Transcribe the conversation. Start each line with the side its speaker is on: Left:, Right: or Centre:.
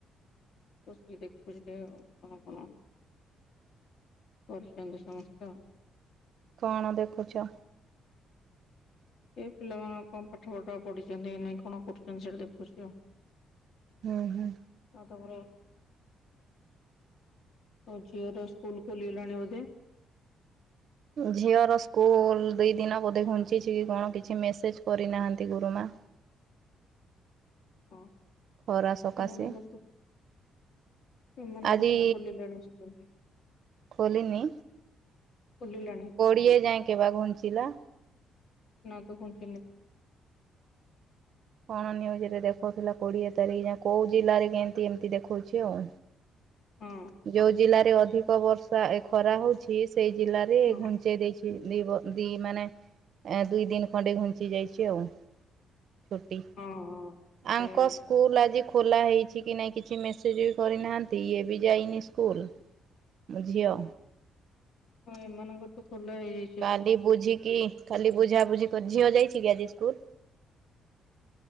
Left: ବସିକି ଦେଖୁଛି ଟିକେ ଆଉ କଣ କଣ। କରୁଛନ୍ତି ସମସ୍ତ
Right: କଣ ଦେଖୁଛ?
Left: ଏ ପିଲାମାନେ କଣ ପାଠ ପଢା ପଢିଛନ୍ତି ନାଇଁ କଣ କରୁଛନ୍ତି ସେଇଠା ଦେଖୁଛି ଆଉ।
Right: ହୁଁ ହୁଁ।
Left: ଆଉ ତମର ହଉ ଝିଅର ସ୍କୁଲ ଖୋଲିଗଲାଣି ବୋଧେ?
Right: ଝିଅର ସ୍କୁଲ ଦିଇ ଦିନ ବୋଧେ ଘୁଞ୍ଚିଛି କି କଣ କିଛି ମେସେଜ କରିନାହାନ୍ତି ଗୁରୁମା।
Left: ହଁ।
Right: ଖରା ସକାଶେ
Left: ଏମାନଙ୍କର ତ ଏମାନଙ୍କର
Right: ଆଜି
Left: ତ ଖୋଲିଲାଣି ସ୍କୁଲ।
Right: ଖୋଲିନି
Left: ଖୋଲିଲାଣି ସ୍କୁଲ
Right: କୋଡିଏ ଯାଇଙ୍କି ବା ଘୁଞ୍ଚିଲା।
Left: ନାତ ଘୁଞ୍ଚିନିତ।
Right: କଣ ନ୍ୟୁଜ ରେ ଦେଖଉଥିଲା କୋଡିଏ ତାରିଖ ଯ କୋଉ ଜିଲ୍ଲାରେ କେମତି ଏମିତି ଦେଖଉଛି ଆଉ।
Left: ହଁ
Right: ଯୋଉ ଜିଲ୍ଲାରେ ଅଧିକ ବର୍ଷା ଏ ଖରା ହଉଛି ସେଇ ଜିଲ୍ଲାରେ
Left: ହଁ
Right: ଘୁଞ୍ଚ ପଚେଇ ଦେଇଛି ଦି ବ ଦି ମାନେ ଦୁଇ ଦିନ ଖଣ୍ଡେ ଘୁଞ୍ଚି ଯାଇଛି ଆଉ। ଛୁଟି
Left: ହଁ ହଁ
Right: ଆଙ୍କ
Left: ସେଇଆ ହେଇଛି
Right: ସ୍କୁଲ ଆଜି ଖୋଲା ହେଇଛି କି ନାଇଁ କିଛି ମେସେଜ ବି କରିନାହାନ୍ତି ଇଏ ବି ଯାଇନି ସ୍କୁଲ। ମୋ ଝିଅ
Left: ହଁ ଏମାନଙ୍କ ତ ଖୋଲ ହେଇ
Right: କାଲି ବୁଝିକି କାଲି ବୁଝା ବୁଝି ଝିଅ ଯାଇଛି କି ଆଜି ସ୍କୁଲ।